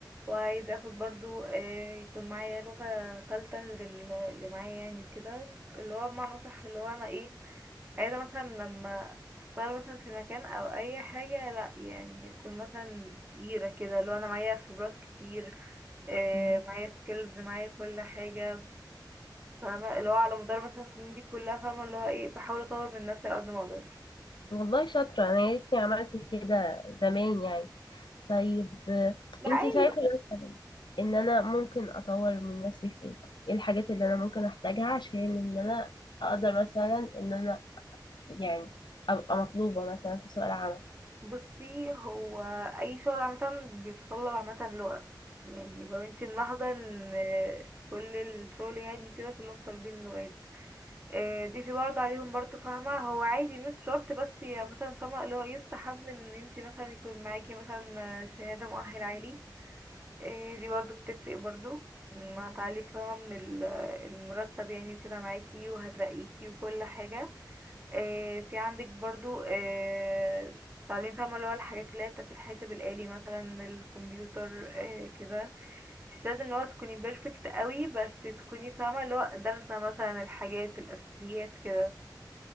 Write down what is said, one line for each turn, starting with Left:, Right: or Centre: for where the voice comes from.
Right: وعايزه اخد برضو آه، يكون معايا لغه ثالثه غير ال- اللي معايا يعني وكده اللي هو بمعنى اصح اللي هو انا ايه عايزه مثلا لما اشتغل مثلا في مكان او اي حاجه لا يعني يكون مثلا تقيله كده اللي هو انا معايا خبرات كتير آه،
Left: مم.
Right: معايا سكيلز معايا كل حاجه فاهمه اللي هو على مدار مثلا السنين دي كلها فاهمه اللي هو ايه بحاول اطور من نفسي على قد ما اقدر
Left: والله شاطره انا يا ريتني عملت كده زمان يعني طيب آه،
Right: لا
Left: انتي
Right: عادي
Left: شايفه مثلا ان انا ممكن اطور من نفسي في ايه ايه الحاجات اللي انا ممكن احتاجها عشان ان انا اقدر مثلا ان انا يعني أبقى مطلوبة مثلا في سوق العمل
Right: بصي هو اي شغل عامه بيتطلب عامه لغه يعني لو انت ملاحظه ان كل الشغل يعني كده كلهم طالبين لغات آه، دي في برضه عليهم برضه فاهمه هو عادي مش شرط بس هي مثلا فاهمه اللي هو يستحب ان انت مثلا يكون معاكي مثلا شهاده مؤهل عالي آه، دي برضه بتفرق برضه م، هتعلي فاهمه من ال- المرتب يعني كده معاكي وهترقيكي وكل حاجه آه، في عندك برضو آه، تعليم فاهمة اللي هو الحاجات اللي هي بتاعت الحاسب الآلي مثلا الكمبيوتر آه، كده مش لازم اللي هو تكوني بيرفكت قوي بس تكوني فاهمة اللي هو دارسة مثلا الحاجات الأساسيات كده